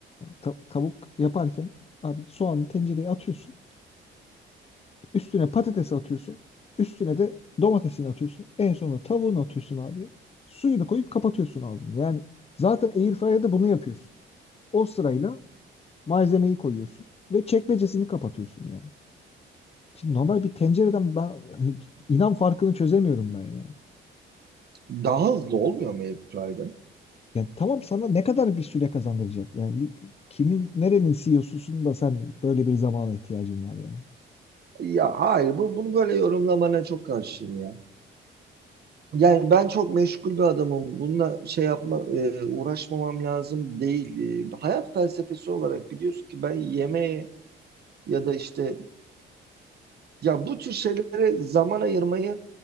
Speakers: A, on the left; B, on the right.
A: Ta- tavuk yaparken abi soğanı tencereye atıyorsun. Üstüne patates atıyorsun. Üstüne de domatesini atıyorsun. En sonunda tavuğunu atıyorsun abi. Suyunu koyup kapatıyorsun ağzını. Yani zaten airfryer'da bunu yapıyorsun. O sırayla malzemeyi koyuyorsun ve çekmecesini kapatıyorsun yani. Şimdi normal bir tencereden ben hani inan farkını çözemiyorum ben yani.
B: Daha hızlı olmuyor mu airfryer'da?
A: Yani tamam sana ne kadar bir süre kazandıracak? Yani bir, kimin nerenin CEO'susun da sen böyle bir zamana ihtiyacın var yani.
B: Ya hayır bu, bunu böyle yorumlamana çok karşıyım ya. Yani ben çok meşgul bir adamım. Bununla şey yapma, e, uğraşmamam lazım değil. E, hayat felsefesi olarak biliyorsun ki ben yemeğe ya da işte ya bu tür şeylere zaman ayırmayı